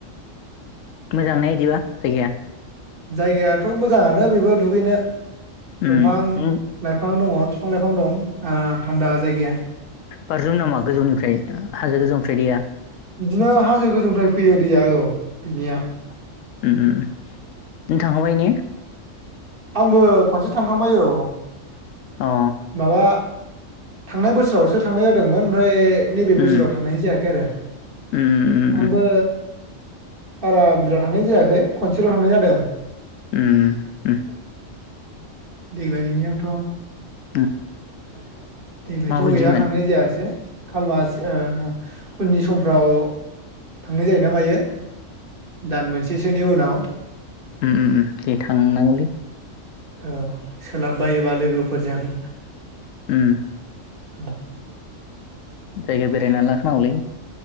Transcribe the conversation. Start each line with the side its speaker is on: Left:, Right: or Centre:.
Left: मोजां ने इदिबा जायगाया?
Right: जायगायाथ' मोजाङानो बेबो दुगैनो।
Left: उम
Right: दमफां
Left: उम
Right: लाइफां दङ फिफां लाइफां दं। आराम थानदा जायगाया
Left: बारज्रुमो नामा गोजौनिफ्राय हाजो गोजौनिफ्राय दैैया?
Right: बिदिनो हाजो गोजौनिफ्राय फैयो दैया औ बिनिया।
Left: उम उम उम नों थांखांबाय ने?
Right: आंबो खनसे थांखांबाय औ।
Left: अ
Right: माबा थांनाय बोसोरावसो थांनाय जादोंमोन ओमफ्राय नैबे बोसोराव
Left: उम
Right: जाया खै‌ आरो
Left: उम उम
Right: आंबो
Left: ओ
Right: बारा बुरजा थांनाय जायाखै खनसेल' थांनाय जादों।
Left: उम ओ
Right: औ ओं देग्लाय नियावथ' <inaudible>
Left: उम
Right: देग्लायथ'
Left: माबायदिमोन
Right: गैया थांनाय जायासै खाल मास ओ उननि समफ्राव थांनाय जायोना मायो। दान मोननै सो सोनि उनाव
Left: ओ ओ जों थांनागौ लै
Right: औ सोलाब बायोबा लोगोफोरजों
Left: उम
Right: औ
Left: जायगा बेरायनो लां हावलै